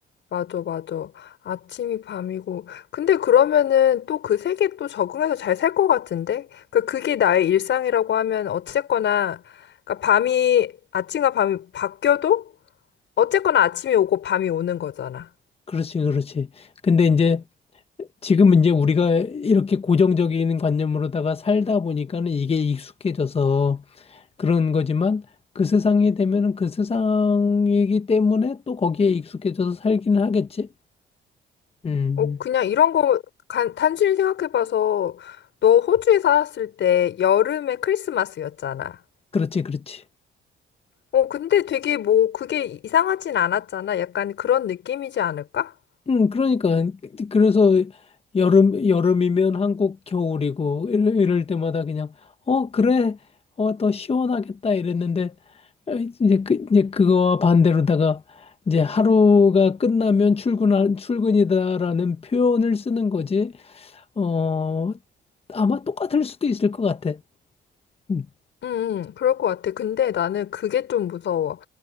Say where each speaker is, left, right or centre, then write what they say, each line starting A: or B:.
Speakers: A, on the left (about 70°); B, on the left (about 30°).
A: 맞아, 맞아. 아침이 밤이고. 근데 그러면은 또 그 세계에 또 적응해서 잘 살 것 같은데? 그러니까 그게 나의 일상이라고 하면 어쨌거나, 그러니까 밤이, 아침과 밤이 바뀌어도 어쨌거나 아침이 오고 밤이 오는 거잖아.
B: 그렇지, 그렇지. 근데 이제, 지금 이제 우리가 이렇게 고정적인 관념으로다가 살다 보니까는 이게 익숙해져서 그런 거지만, 그 세상이 되면은 그 세상이기 때문에 또 거기에 익숙해져서 살기는 하겠지? 음,
A: 어, 그냥 이런 거 간, 단순히 생각해봐서 너 호주에 살았을 때 여름에 크리스마스였잖아.
B: 그렇지, 그렇지.
A: 어, 근데 되게 뭐 그게 이상하진 않았잖아. 약간 그런 느낌이지 않을까?
B: 음, 그러니까 그래서 여름 여름이면 한국 겨울이고 이럴, 이럴 때마다 그냥 어 그래 어 더 시원하겠다 이랬는데 어, 이제 그 이제 그거와 반대로다가 이제 하루가 끝나면 출근 출근이다라는 표현을 쓰는 거지 어 아마 똑같을 수도 있을 것 같아. 음.
A: 응, 응, 그럴 것 같아. 근데 나는 그게 좀 무서워.